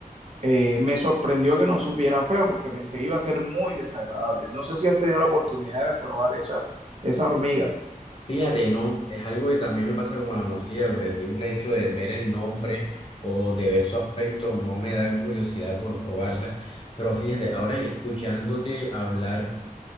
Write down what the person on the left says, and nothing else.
fíjate, ¿no? Es algo que también me pasa como la morcilla, por el simple hecho de ver el nombre o de ver su aspecto, no me da curiosidad por probarla. Pero fíjate, ahora escuchándote hablar